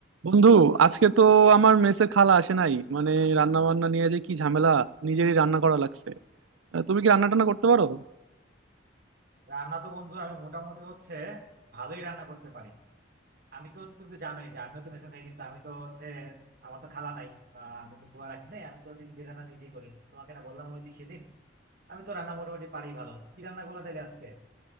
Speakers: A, on the right (about 90°); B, on the right (about 50°).
A: বন্ধু আজকে তো আমার মেসে খালা আসে নাই মানে রান্না বান্না নিয়ে যে কি ঝামেলা নিজেরই রান্না করা লাগছে আহ, তুমি কি রান্না টান্না করতে পারো
B: রান্না তো বন্ধু আমি মোটামুটি হচ্ছে ভালোই রান্না করতে পারি আমি তো হচ্ছে তুমি তো জানোই যে আমিও তো মেসে থাকি কিন্তু আমি তো হচ্ছে আমার তো খালা নাই আহ, আমি তো বুয়া রাখি নাই আমি তো হচ্ছে নিজে রান্না নিজেই করি তোমাকে না বললাম ওই দিন সেদিন আমি তো রান্না মোটামুটি পারি ভালো কি রান্না করলা তাহলে আজকে